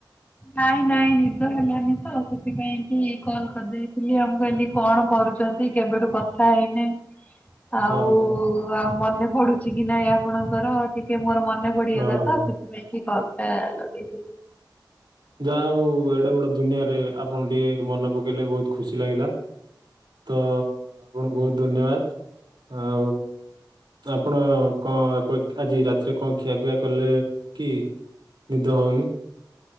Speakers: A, on the left; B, on the right.
A: ନାଇଁ ନାଇଁ ନିଦ ହେଲାନି ତ ସେଥିପାଇଁ କି କଲ କରିଦେଇଥିଲି ଆ ମୁଁ କହିଲି କଣ କରୁ ଯଦି କେବେଠୁ କଥା ହେଇନେ ଆଉ
B: ଓହୋ
A: ଆଉ ମନେ ପଡୁଚି କି ନାଇଁ ଆପଣଙ୍କର ଟିକେ ମୋର ମନେ ନେ ପଡି
B: ଓହୋ
A: ତ ସେଥିପାଇଁ କି କଲଟା ଲଗେଇଲି।
B: ଯାହା ହଉ ଏଡେ ବଡ ଦୁନିଆରେ ଆପଣ ଟିକେ ମନେ ପକେଇଲେ ବହୁତ ଖୁସି ଲାଗିଲା। ତ ଆପଣଙ୍କୁ ବହୁତ ଧନ୍ୟବାଦ ଆଉ ଆପଣ କଣ ପ ଆଜି ରାତିରେ କଣ ଖିଆ ପିଆ କଲେ କି? ନିଦ ହଉନି